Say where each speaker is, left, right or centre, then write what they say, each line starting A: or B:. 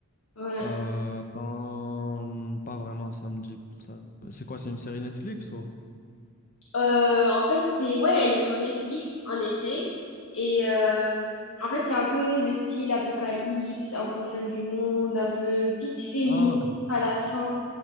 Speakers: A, on the left; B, on the left.
A: Ouais.
B: Euh, attends, pas vraiment, ça me dit. ça- C'est quoi, c'est une série Netflix ou?
A: Euh, en fait, c'est, ouais, elle est sur Netflix, en effet. Et euh, en fait, c'est un peu le style apocalypse, un peu fin du monde, un peu vite fait
B: Ah,
A: monstre
B: ok.
A: à la fin,